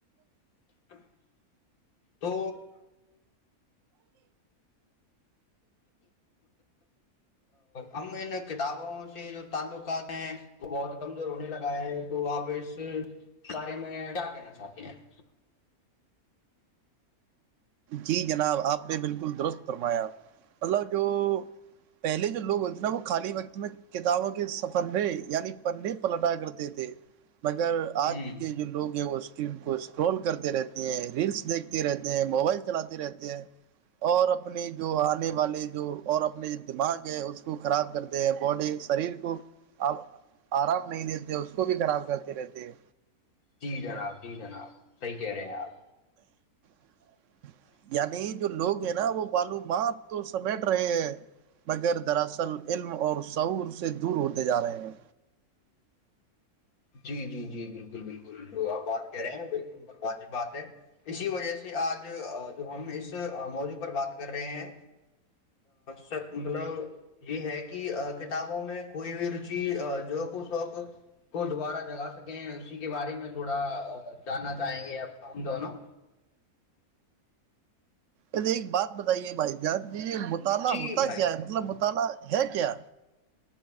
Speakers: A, on the left; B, on the right.
A: <inaudible> تو ہم ان کتابوں سے جو تعلقات ہیں وہ بہت کمزور ہونے لگا ہے تو آپ اس بارے میں کیا کہنا چاہتے ہیں
B: جی جناب آپ نے بالکل درست فرمایا مطلب جو پہلے جو لوگ ہوتے تھے نا وہ خالی وقت میں کتابوں کے سفے یعنی پننے پلٹا کرتے تھے مگر آج
A: ہ
B: کے جو لوگ ہیں وہ اسٹرین کو اسٹرال کرتے رہتے ریلس دیکھتے رہتے ہیں موبائل چلاتے رہتے ہیں اور اپنی جو آنے والے جو اور اپنے دماغ ہے اس کو خراب کرتے ہیں باڈی شریر کو آپ آرام نہیں دیتے اس کو بھی خراب کرتے رہتے ہیں
A: جی جناب جی جناب صحیح کہہ رہے ہیں آپ
B: <inaudible> یعنی جو
A: بالکل
B: لوگ ہیں
A: بالکل
B: نا وہ معلوموماں تو سمیٹ رہے ہیں مگر دراصل علم اور سعور سے دور ہوتے جا رہے ہیں
A: جی جی جی بالکل بالکل جو آپ بات کہہ رہے ہیں ایک نمر ب بات ہے اسی وجہ سے آج جو ہم اس موضع پر بات کر رہے ہیں سب مطلب یہ ہے کہ کتابوں میں کوئی بھی روچی جو کچوق کو دوبارہ جگا سکیں ہیں اسی کے بارے میں تھوڑا جاننا چاہیں گے آپ ہم دونوں
B: ارے ایک بات بتائیے بھائی جان ج مطالعہ
A: جی
B: ہوتا
A: بھائی
B: کیا
A: جان
B: ہے مطلب مطالعہ ہے کیا